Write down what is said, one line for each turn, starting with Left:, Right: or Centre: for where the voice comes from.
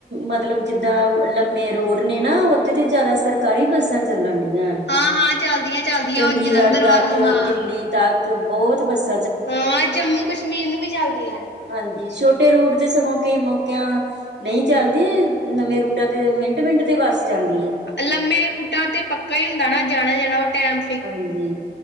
Right: ਮਤਲਬ ਜਿੱਦਾਂ ਲੰਮੇ ਰੋਡ ਨੇ ਨਾ ਉੱਥੇ ਤੇ ਜਾਦਾ ਸਰਕਾਰੀ ਬੱਸਾਂ ਚੱਲਣ ਡੀਆਂ ਨੇ
Left: ਹਾਂ ਹਾਂ ਚੱਲਦੀਆਂ ਚੱਲਦੀਆਂ
Right: ਚੰਡੀਗੜ੍ਹ
Left: ਉਹ ਜਲੰਧਰ
Right: ਤੱਕ
Left: ਵੱਲ ਨੂੰ ਹਾਂ
Right: ਦਿੱਲੀ ਤੱਕ ਬੋਤ ਬਸ
Left: ਹਾਂ ਜੰਮੂ ਕਸ਼ਮੀਰ ਨੂੰ ਵੀ ਚਲਦੀਆਂ ਨੇ।
Right: ਹਾਂਜੀ ਛੋਟੇ ਰੂਡ ਤੇ ਸਗੋਂ ਕਈ ਮੌਕਿਆਂ ਨਈ ਚੱਲਦੀ ਨਵੇਂ ਰੂਟਾਂ ਤੇ ਮਿੰਟ-ਮਿੰਟ ਤੇ ਬੱਸ ਜਾਂਦੀ ਏ।
Left: ਲੰਮੇ ਰੂਟਾਂ ਤੇ ਪੱਕਾ ਈ ਹੁੰਦਾ ਨਾ ਜਾਣਾ-ਜਾਣਾ ਓ ਟੈਮ
Right: ਹਾਂਜੀ